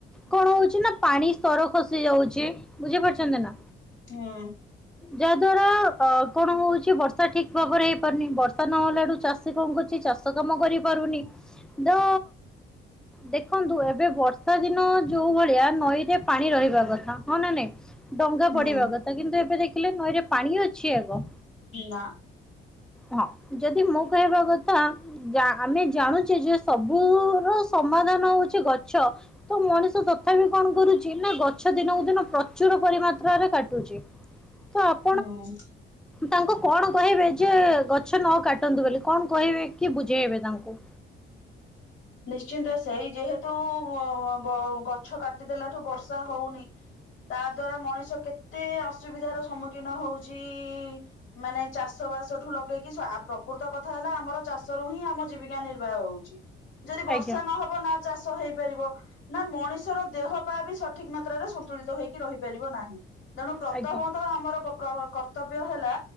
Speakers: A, in the centre; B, on the left.
A: କଣ ହଉଚି ନା ପାଣି ସ୍ତର ଖସି ଯାଉଚି। ବୁଝିପାରୁଛନ୍ତି ନା।
B: ହୁଁ
A: ଯାହାଦ୍ଵାରା ଅ କଣ ହଉଚି ବର୍ଷା ଠିକ୍ ଠିକ୍ ଭାବରେ ହେଇପାରୁନି। ବର୍ଷା ନହେଲା ଠୁ ଚାଷୀ କଣ କରୁଚି ଚାଷ କାମ କରିପାରୁନି। ତ ଦେଖନ୍ତୁ ଏବେ ବର୍ଷା ଦିନ ଯୋଉ ଭଳିଆ ନଈରେ ପାଣି ରହିବା କଥା। ହଁ ନା ନାଇଁ। ଡଙ୍ଗା
B: ହୁଁ
A: ପଡିବା କ ତ କିନ୍ତୁ ଏବେ ଦେଖିଲେ ନଈରେ ପାଣି ଅଛି ଆଗ।
B: ନା।
A: ହଁ, ଯଦି ମୋ କହିବା କଥା ଜା ଆମେ ଜାଣୁଚେ ଯେ ସବୁ ର ସମାଧାନ ହଉଚି ଗଛ। ତ ମଣିଷ ତଥାପି କଣ କରୁଚି ନା ଗଛ ଦିନକୁ ଦିନ ପ୍ରଚୁର ପରିମାତ୍ରାରେ କାଟୁଚି। <unintelligible>
B: <unintelligible>
A: ତାଙ୍କୁ କଣ କହିବେ ଯେ ଗଛ ନ କାଟନ୍ତୁ ବୋଲି। କଣ କହିବେ କି ବୁଝେଇବେ ତାଙ୍କୁ?
B: ନିଶ୍ଚିନ୍ତ ସେଇ ଯେହେତୁ ବ ଗଛ କାଟିଦେଲା ଠୁ ବର୍ଷା ହଉନି। ତା ଦ୍ଵାରା ମଣିଷ କେତେ ଅସୁବିଧାର ସମ୍ମୁଖୀନ ହଉଚି। ମାନେ ଚାଷ ବାସ ଠୁ ଲଗେଇକି ସା ପ୍ରକୃତ କଥା ହେଲା ଆମର ଚାଷରୁ ହିଁ ଆମ ଜୀବିକା ନିର୍ବାହ ହଉଚି। ଯଦି ବର୍ଷା
A: ଆଜ୍ଞା
B: ନ ହବ ନା ଚାଷ ହେଇପାରିବ ନା ମଣିଷର ଦେହ ପା ବି ସଠିକ୍ ମାତ୍ରାରେ ସନ୍ତୁଳିତ ହୋଇକି ରହିପାରିବ ନାହିଁ। ତେଣୁ ପ୍ରଥମ
A: ଆଜ୍ଞା
B: ତଃ ଆମର ଗୋ ପ୍ର କର୍ତ୍ତବ୍ୟ ହେଲା